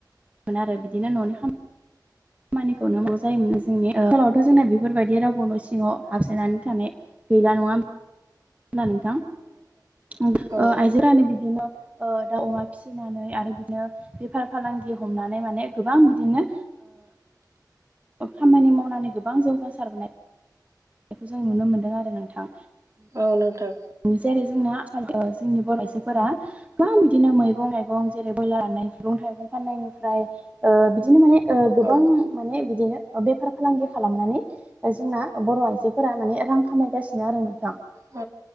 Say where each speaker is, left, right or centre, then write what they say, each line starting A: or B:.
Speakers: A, on the right (about 20°); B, on the right (about 45°).
A: मोन आरो बिदिनो न'नि खाम खामानिखौनो मावनांगौ जायोमोन जोंनि ओनसोलावथ' जोंना बेफोरबायदि रावबो न' सिङाव हाबसोनानै थानाय गैला नङा होमबा होनबा नोंथां
B: औ
A: आयजो फोरानो बिदिनो दाउ अमा फि फिनानै आरो बिदिनो बेफार फालांगि हमनानै माने गोबां बिदिनो खामानि मावनानै गोबां जौगासारबोनाय बेखौ जों नुनो मोन्दों आरो नोंथां
B: औ नोंथां
A: जेरै जोंना आखाल जोंनि बर' आजोफोरा गोबां बिदिनो मैगं थाइगं जेरै ब्रयलार राननाय मैगं थाइगं फाननायनिफ्राय बिदिनो माने गोबां
B: औ
A: माने बिदिनो बेफार फालांगि खालामनानै जोंना बर' आइजोफोरा माने रां खामायगासिनो आरो नोंथां
B: औ